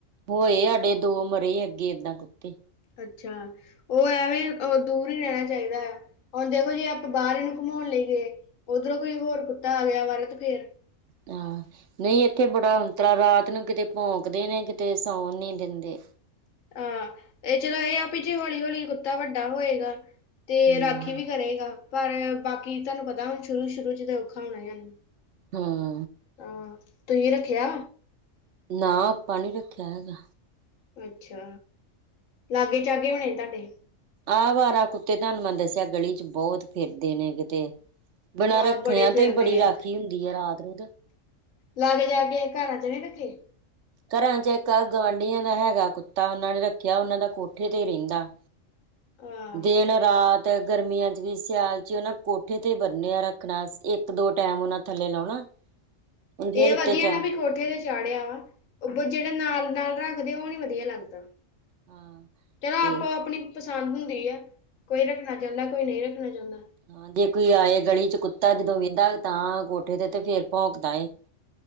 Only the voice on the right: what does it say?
ਹੋਏ ਸਾਡੇ, ਦੋ ਮਰੇ ਅੱਗੇ ਏਦਾਂ ਕੁੱਤੇ।
ਹਾਂ, ਨਹੀ ਇੱਥੇ ਬੜਾ ਔਂਤਰਾ ਰਾਤ ਨੂੰ ਕਿਤੇ ਭੋਂਕਦੇ ਨੇ, ਕਿਤੇ ਸੌਣ ਨੀ ਦਿੰਦੇ।
ਹਾਂ
ਹੂੰ,
ਨਾ ਆਪਾਂ ਨੀ ਰੱਖਿਆ ਹੈਗਾ।
ਆਹ ਅਵਾਰਾ ਕੁੱਤੇ ਤੁਹਾਨੂੰ ਮੈਂ ਦੱਸਿਆ, ਗਲੀ ਚ ਬਹੁਤ ਫਿਰਦੇ ਨੇ ਕਿਤੇ। ਬਿਨਾਂ
ਰੱਖਿਆਂ
ਤੋਂ
ਹੀ ਬੜੀ ਰਾਖੀ
ਹੁੰਦੀ ਐ, ਰਾਤ ਨੂੰ ਤੇ।
ਘਰਾਂ ਚ ਇੱਕ ਗੁਵਆਂਢੀਆਂ ਦਾ ਹੈਗਾ ਕੁੱਤਾ ਉਹਨਾਂ ਨੇ ਰੱਖਿਆ ਉਹਨਾਂ ਦਾ ਕੋਠੇ ਤੇ ਹੀ ਰਹਿੰਦਾ।
ਦਿਨ-ਰਾਤ ਗਰਮੀਆਂ ਚ ਵੀ, ਸਿਆਲ ਚ ਉਹ ਨਾ ਕੋਠੇ ਤੇ ਬਨਿਆ ਰੱਖਣਾ ਇੱਕ-ਦੋ ਟੈਮ ਉਹਨਾ ਥੱਲੇ ਲਾਉਣਾ। <inaudible> ਫੇਰ
ਉੱਤੇ
ਚਾੜ
ਹਾਂ
ਤੇ
ਹਾਂ, ਜੇ ਕੋਈ ਆਏ ਗਲੀ ਚ ਕੁੱਤਾ ਜਦੋਂ ਵੇਹਂਦਾ ਤਾਂ ਕੋਠੇ ਤੇ ਤੇ ਫੇਰ ਭੋਂਕਦਾ ਏ। <inaudible>